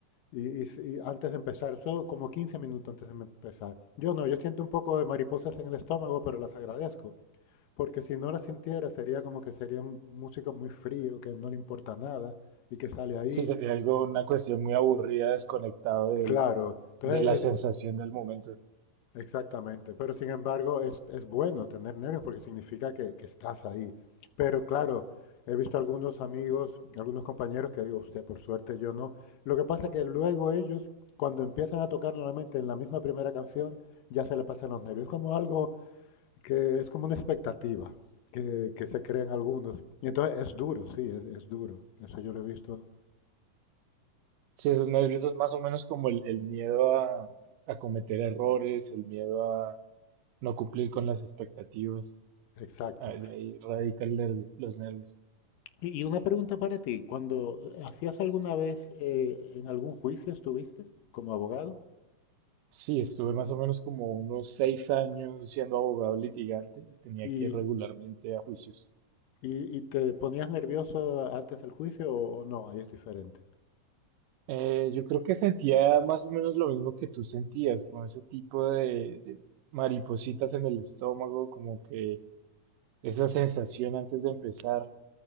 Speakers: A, on the left; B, on the right.
A: Y, y si- antes de empezar, eso como 15 minutos antes de empezar. Yo no, yo siento un poco de mariposas en el estómago, pero las agradezco. Porque si no las sintiera, sería como que sería un músico muy frío, que no le importa nada y que sale ahí.
B: Sí, sería algo, una cuestión muy aburrida, desconectado del,
A: Claro. Entonces,
B: de la sensación
A: es-
B: del momento.
A: Exactamente, pero sin embargo es, es bueno tener nervios porque significa que, que estás ahí. Pero claro, he visto algunos amigos, algunos compañeros que digo, usted, por suerte yo no. Lo que pasa es que luego ellos, cuando empiezan a tocar nuevamente en la misma primera canción, ya se le pasan los nervios. Es como algo que es como una expectativa que, que se crean algunos. Y entonces es duro, sí, es, es duro. Eso yo lo he visto
B: Sí, esos nervios es más o menos como el, el miedo a, a cometer errores, el miedo a no cumplir con las expectativas.
A: exacto.
B: Ah, de ahí radica el nervio, los nervios.
A: Y y una pregunta para ti, cuando hacías alguna vez eh, en algún juicio estuviste como abogado
B: Sí, estuve más o menos como unos seis años siendo abogado litigante y tenía
A: y,
B: que ir regularmente a juicios.
A: y- y te ponías nervioso antes del juicio o, o no, ahí es diferente.
B: Eh, yo creo que sentía más o menos lo mismo que tú sentías, con ese tipo de, de maripositas en el estómago, como que esa sensación antes de empezar.